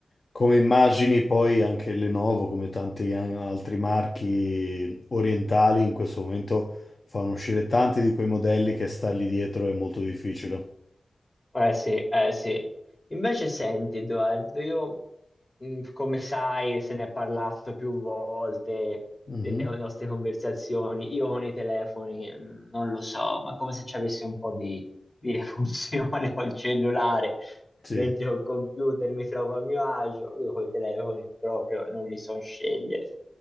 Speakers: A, on the left; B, on the left.
A: come immagini poi anche Lenovo, come tanti eh, altri marchi orientali, in questo momento fanno uscire tanti di quei modelli che stargli dietro è molto difficile.
B: Eh sì, eh sì. Invece senti, Edoardo, io, mh, come sai, se ne è parlato più volte
A: Mhm,
B: delle co- nostre conversazioni, io con i telefoni, mh, non lo so, ma come se ci avessi un po' di, di refunzione <laughs> col cellulare,
A: Sì,
B: mentre col computer mi trovo a mio agio, io con i telefoni proprio non li so scegliere.